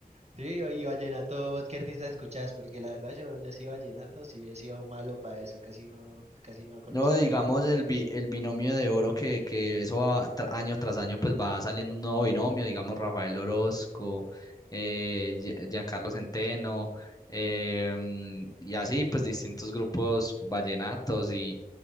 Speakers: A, on the right (about 45°); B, on the left (about 25°).
A: Sí, y vallenato, ¿vos qué artista escuchás? Porque la verdad yo, yo sí vallenato, sí he sido malo para eso, casi no, casi no conozco
B: No, digamos
A: de...
B: el, bi- el binomio de oro que, que eso va tra- año tras año pues va saliendo un nuevo binomio, digamos Rafael Orozco, eh, Gi- Giancarlo Centeno, eh, mm, y así pues distintos grupos vallenatos y